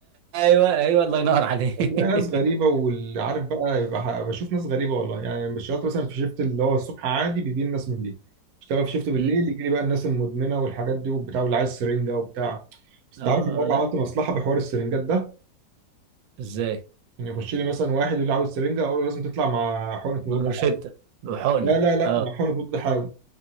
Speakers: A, on the right; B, on the right.
A: ايوه ايوه الله ينور عليك
B: هتلاقي ناس
A: <laughs>
B: غريبة واللي عارف بقى يبقى ح- بشوف ناس غريبة والله يعني بس اشتغلت مثلا في شيفت اللي هو الصبح عادي بيجي لي الناس من دي اشتغل في شيفت بالليل
A: م.
B: يجي لي بقى الناس المدمنة والحاجات دي وبتاع واللي عايز سرنجة وبتاع بس انت
A: اه
B: عارف إن
A: آه، لا
B: مرة عملت مصلحة بحوار السرنجات ده
A: ازاي
B: ان يخش لي مثلا واحد يقول لي عاوز سرنجة اقول له لازم تطلع مع حقنة مضاد
A: بروشيتا
B: حيوي
A: وحقنه
B: لا لا لا
A: اه
B: مع حقنة مضاد حيوي